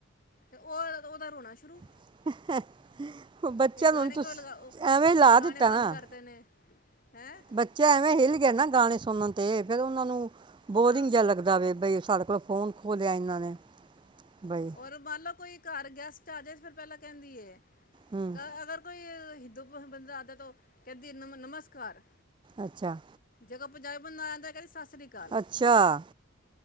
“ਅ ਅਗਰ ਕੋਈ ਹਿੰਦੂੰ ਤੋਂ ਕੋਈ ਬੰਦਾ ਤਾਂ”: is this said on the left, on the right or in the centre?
Left